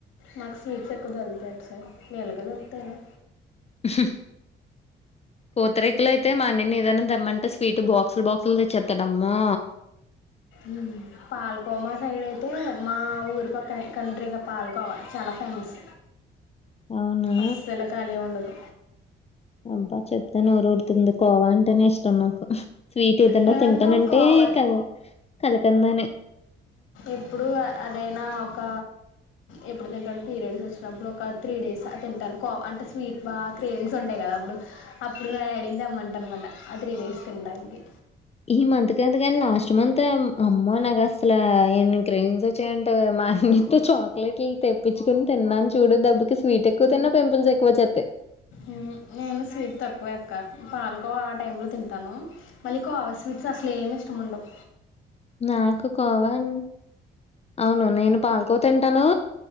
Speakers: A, on the left; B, on the left.
A: మాకు స్వీట్స్ ఎక్కువ దొరుకుతాయి ఇట్ సైడ్ వీళ్ళకీ దొరుకుతాయ్ లే
B: ఉహుహు పూతరేకులైతే మా అన్నయ్యని ఏదైనా దెమ్మంటే స్వీట్ బాక్సులు బాక్సులు తెచ్చేత్తాడమ్మో
A: ఉమ్ పాల్కోవ మా సైడైతే మా ఊరు పక్కనే కంట్రీగా పాల్కోవా చాలా ఫేమస్
B: అవునా
A: అస్సల కాలి ఉండదు
B: అబ్బా చెప్తే నోరూర్ తుంది కోవా అంటేనే ఇష్టం నాకు స్వీట్ ఏదన్నా
A: నాకు
B: తింటానంటే
A: కావ
B: కదు కలకండానే
A: ఇప్పుడు అదైనా ఒక ఎప్పుడు తింటాను పీరియడ్స్ ఒచ్చినప్పుడు ఒక త్రీ డేస్ తింటాను అంటే స్వీట్ బా క్రేవింగ్స్ ఉంటై కదా అప్పుడు అప్పుడు మా డాడీనీ తెమ్మంట ఆ త్రీ డేస్ తిన్డాన్కి
B: ఈ మంత్ కాదు కాని లాస్ట్ మంతే అమ్మో నాకస్సలా ఏన్ని క్రేవింగ్స్ ఒ చ్చాయంటె కదా మా అన్నియ్తో చాక్లెట్లు తెప్పించుకుని తిన్నాను చూడు దెబ్బకి స్వీటె క్కువ తిన్నా పింపుల్స్ ఎక్కువొచ్చేతై
A: ఉమ్ నేను స్వీట్ తక్కువే అక్క పాల్కోవ ఆ టైం లో తింటాను మళ్ళీ కోవా స్వీట్స్ అస్లేమి ఇష్టముండవ్
B: నాకు కోవా అం ఔను నేను పాల్కోవ తింటనూ